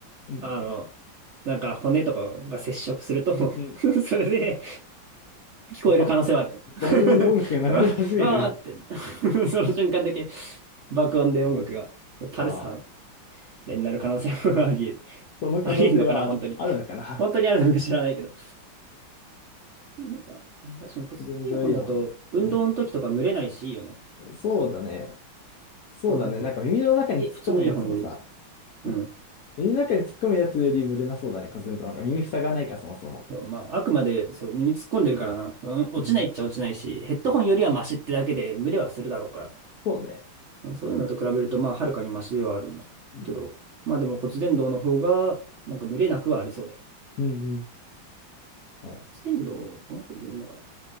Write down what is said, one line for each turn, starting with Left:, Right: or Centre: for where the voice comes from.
Left: うん、
Right: あの、なんか骨とかが接触すると
Left: うん、
Right: <laughs> それで聞こえる可能性はあるよ。
Left: ば、
Right: <laughs>
Left: 爆音で音楽が流れ始める。
Right: ああーって <laughs> その瞬間だけ爆音で音楽がパルス波
Left: ああ、
Right: になる可能性もあり得る。
Left: その可能性はある、
Right: あり得るのかな、本当に。
Left: あるのかな
Right: 本当にあるのか知らないけど。なんか、確かに骨伝イヤホンだと運動の時とか蒸れないし、
Left: 骨伝導イヤホン。う
Right: いいよね。
Left: ん、そうだね。そうだね。
Right: なんか、
Left: なんか耳の中に突っ込むやつもさ、
Right: いえ、普通のイヤホンより。うん。
Left: うん、耳の中に突っ込むやつより無理なそうだね。骨伝導なんか耳塞がないからそもそも。
Right: そう、まあ、あくまで、そう、耳突っ込んでるからな。その落ちないっちゃ落ちないし、
Left: うん、
Right: ヘッドホンよりはマシってだけで、蒸れはするだろうから。
Left: そうね。
Right: そういうのと比べると、まあ、はるかにマシではあるんだけど、
Left: うん、
Right: まあでも骨伝導の方が、なんか群れなくはありそうだよね。
Left: うん、うん。
Right: 骨伝導を考えてどういのかな。